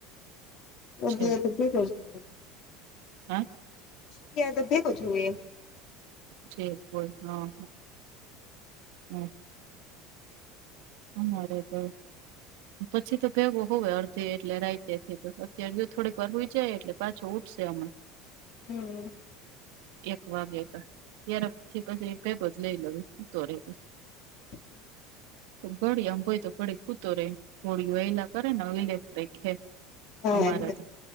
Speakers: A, on the left; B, on the right.
A: હ
B: છે
A: જીતી કર છો
B: હા
A: ત્યા તો ભેગો છું એ
B: છે કોઈહા હમ અમારે તો પછી તો ભેગો હોય અડધી એટલે રાાયતે થી તો અત્યારે જો થોડીક વાર રઈ જાય એટલે પાછો ઉઠ છે હમણા
A: હમ
B: એક વાગે હતા તાર પછીે જ લઈ લઉ તો રે
A: <inaudible>
B: ઘડી આમ હોય તો ઘડી ખૂતો રહેે ગળિ એલા કરે ને લે કરેે
A: હા
B: અમારે તો